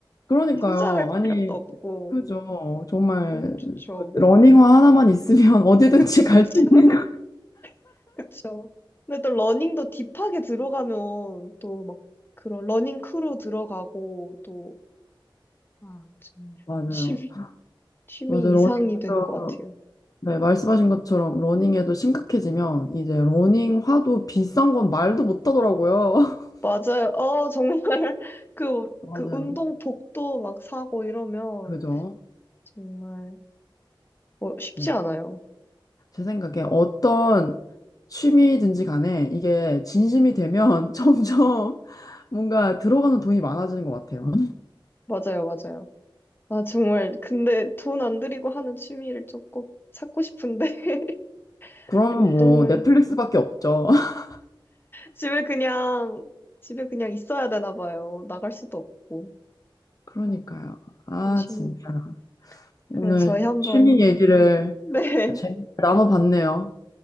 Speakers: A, on the left (about 45°); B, on the left (about 25°).
A: 그러니까요.
B: 투자할
A: 아니,
B: 필요도 없고,
A: 그죠. 정말
B: 정말 좋죠.
A: 러닝화 하나만 있으면 <laughs> 어디든지
B: 그쵸,
A: 갈
B: 그쵸,
A: 수
B: <laughs>
A: 있는 거.
B: 그쵸. 근데 또 러닝도 딥하게 들어가면 또 막 그런 러닝 크루 들어가고 또, 아, 정말
A: 맞아요.
B: 취미, 취미
A: 맞아요.
B: 이상이 되는
A: 러닝도,
B: 것 같아요.
A: 네, 말씀하신 것처럼 러닝에도 심각해지면 이제 러닝화도 비싼 건 말도 못 하더라고요. <laughs>
B: 맞아요. 어, 정말 <laughs> 그,
A: 맞아요.
B: 그 운동복도 막 사고 이러면
A: 그죠?
B: 정말 뭐 쉽지
A: 네.
B: 않아요.
A: 제 생각에 어떤 취미든지 간에 이게 진심이 되면 <laughs> 점점 뭔가 들어가는 돈이 많아지는 것 같아요.
B: 맞아요, 맞아요. 아, 정말 근데 돈 안 들이고 하는 취미를 조금 찾고 싶은데 <laughs>
A: 그러면
B: 운동은
A: 뭐 넷플릭스밖에 없죠. <laughs>
B: 집에 그냥, 집에 그냥 있어야 되나 봐요. 나갈 수도 없고.
A: 그러니까요.
B: 아,
A: 아,
B: 아쉽네.
A: 진짜. 오늘
B: 그래, 저희 한번,
A: 취미 얘기를
B: <laughs> 네,
A: 재밌게 나눠봤네요.